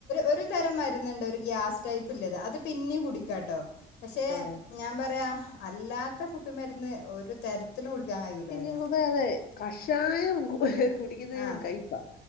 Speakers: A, on the left; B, on the left.
A: ഒരു തരം മരുന്നുണ്ട് ഒരു ഗ്യാസ് ടൈപ്പ് ഇല്ലത് അത് പിന്ന കു കുടിക്കാട്ടോ പക്ഷെ
B: ആഹ്
A: അ അല്ലാത്ത കുപ്പിമരുന്ന് ഒരു തരത്തിലും കുടിക്കാൻ കഴിയൂല
B: പിന്നെ
A: പറയാ
B: ഞമ്മക്കത് കഷായം കുടിക്കുന്നതിനലും
A: ആ
B: കയ്പ്പാ